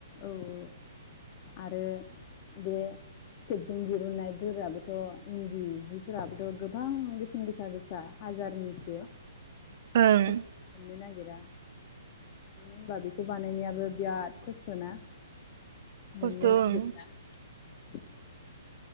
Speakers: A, on the left (about 35°); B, on the right (about 55°).
A: औ औ आरो बे फिथोबजों दिरुननायफोराबोथ' इन्दि जिफोराबोथ' गोबां बेसेन गोसा गोसा हाजारनिसो
B: ओं
A: खमावनो मोननो नागिरा । मानो होनबा बेखौ बानायनायाबो बिराद खस्थ'ना । मोननो
B: खस्थ' ओं
A: नागिरला ।